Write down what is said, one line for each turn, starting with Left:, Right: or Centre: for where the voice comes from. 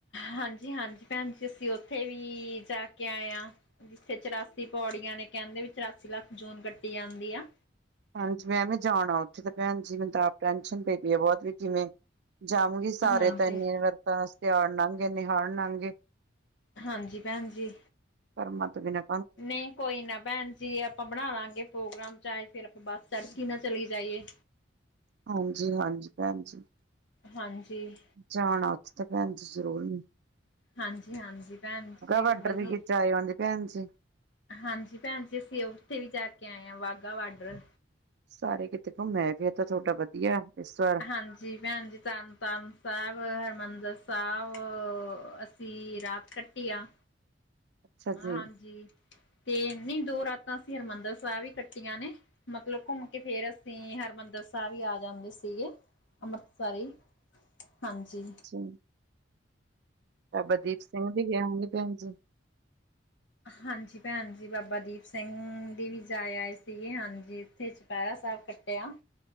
Left: ਹਾਂਜੀ ਹਾਂਜੀ ਪੈਣ ਜੀ, ਅਸੀਂ ਉੱਥੇ ਵੀ ਜਾ ਕੇ ਆਏ ਆ ਜਿੱਥੇ ਚੁਰਾਸੀ ਪੌੜੀਆਂ ਨੇ ਕਹਿੰਦੇ ਵੀ ਚੁਰਾਸੀ ਲੱਖ ਜੂਨ ਕੱਟੀ ਯਾੰਦੀ ਆ।
Right: ਹਾਂਜੀ, ਮੈਂ ਵੀ ਜਾਣਾ ਉੱਥੇ ਤੇ ਪੈਣ ਜ ਮੈਨੂੰ ਤਾਂ ਆਪ ਟੈਨਸ਼ਨ ਪਈ ਪਈ ਆ ਬਹੁਤ ਵੀ ਕਿਵੇਂ ਜਾਵਾਂਗੀ ਸਾਰੇ
Left: ਹਾਂਜੀ,
Right: ਤਾਂ ਇੰਨੇ ਵਰਤਾਂ ਤੇਆਰ ਲੰਗ ਗੇ ਨਿਹਾੜ ਲੰਗੇ।
Left: ਹਾਂਜੀ ਪੈਣ ਜੀ।
Right: ਕਰਮਾਂ ਤੋਂ ਬਿਨਾ
Left: ਨਹੀਂ ਕੋਈ ਨਾ ਪੈਣਜੀ ਜੇ ਆਪਾਂ ਬਨਾ ਲਾਗੇ ਪ੍ਰੋਗਰਾਮ ਚਾਹੇ ਫਿਰ ਆਪਾਂ ਬਸ ਤੜਕੀ ਨਾਲ ਚਲੀ ਜਾਈਏ।
Right: ਹਾਂਜੀ ਹਾਂਜੀ ਪੈਣ ਜੀ,
Left: ਹਾਂਜੀ।
Right: ਜਾਣਾ ਉੱਥੇ ਤਾ ਪੈਣ ਜੀ ਜ਼ਰੂਰ ਨੀ
Left: ਹਾਂਜੀ ਹਾਂਜੀ ਪੈਣ ਜੀ
Right: ਬਾਰਡਰ
Left: ਵਦੀਆ
Right: ਵੀ ਜਾਏ ਆਉਦੇ ਪੈਣ ਜੀ।
Left: ਹਾਂਜੀ ਪੈਣ ਜੀ, ਅਸੀਂ ਉੱਥੇ ਵੀ ਜਾ ਕੇ ਆਏ ਹਾਂ ਵਾਹਗਾ ਬਾਰਡਰ।
Right: ਸਾਰੇ ਕਿਤੇ ਘੁੰਮ ਆਏ ਫਿਰ ਤਾਂ ਤੁਹਾਡਾ ਵਦੀਆ ਇਸ ਵਾਰ।
Left: ਹਾਂਜੀ ਪੈਣ ਜੀ, ਤਰਨਤਾਰਨ ਸਾਹਿਬ ਹਰਮਿੰਦਰ ਸਾਹਿਬ। ਵੀ ਰਾਤ ਕੱਟੀ ਆ।
Right: ਅੱਛਾ
Left: ਹਾਂਜੀ
Right: ਜੀ।
Left: ਤੇ ਨਹੀਂ ਦੋ ਰਾਤਾਂ ਅਸੀਂ ਹਰਿਮੰਦਰ ਸਾਹਿਬ ਹੀ ਕੱਟੀਆਂ ਨੇ ਮਤਲਬ ਘੁੰਮ ਕੇ ਫਿਰ ਅਸੀਂ ਹਰਿਮੰਦਰ ਸਾਹਿਬ ਈ ਆ ਜਾਂਦੇ ਸੀਗੇ ਅੰਮ੍ਰਿਤਸਰ ਈ, ਹਾਂਜੀ।
Right: ਚੀ ਬਾਬਾ ਦੀਪ ਸਿੰਘ ਵੀ ਆਓਗੇ ਪੈਣ ਜੀ।
Left: ਹਾਂਜੀ ਪੈਣ ਜੀ, ਬਾਬਾ ਦੀਪ ਸਿੰਘ ਦੀ ਵੀ ਜਾਏ ਆਏ ਸੀਗੇ ਹਾਂਜੀ ਤੇ ਚੁਪਹਿਰਾ ਸਾਹਿਬ ਕੱਟਿਆ